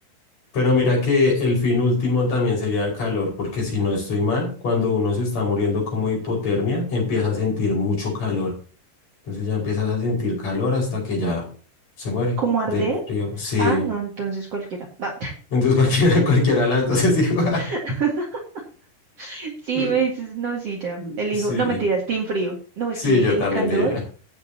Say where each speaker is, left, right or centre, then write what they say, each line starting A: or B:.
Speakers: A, on the left (about 40°); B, on the right (about 45°).
A: Pero mira que el fin último también sería el calor, porque si no estoy mal, cuando uno se está muriendo como hipotermia, empieza a sentir mucho calor. Entonces ya empiezas a sentir calor hasta que ya se muere
B: ¿Cómo arder?
A: del frío. Sí.
B: Ah, no, entonces cualquiera. No.
A: Entonces cualquiera, <laughs> cualquiera de las dos es igual.
B: <laughs> Sí,
A: <laughs>
B: me dices, no, sí, ya. Elijo.
A: Sí,
B: No, mentiras, team frío. No, es
A: sí,
B: que
A: yo
B: el
A: también
B: calor.
A: diría.